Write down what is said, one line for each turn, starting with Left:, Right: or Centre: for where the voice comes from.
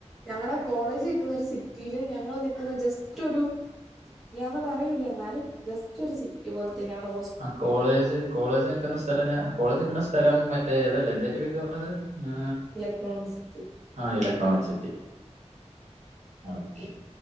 Centre: ഞങ്ങളടെ കോളേജ് നിൽക്കുന്ന ഒരു സിറ്റിയിലും ഞങ്ങള് നിക്കുന്ന ജസ്റ്റ് ഒരു സിറ്റിയന്ന് പറയൂല എന്നാലും ജസ്റ്റ് ഒരു സിറ്റി പോലെ തന്നെ അവിടെ
Right: ആഹ് കോളേജ് കോളേജ് നിൽക്കുന്ന സ്ഥലം ഞാ കോളേജ് നിക്കുന്ന സ്ഥലം മറ്റേ അതല്ലേ എന്ത അതിൻ്റെ പേര് പറഞ്ഞത് ആ
Centre: ഇലക്ട്രോണിക് സിറ്റി
Right: ആ ഇലക്ട്രോണിക് സിറ്റി ഓക്കെ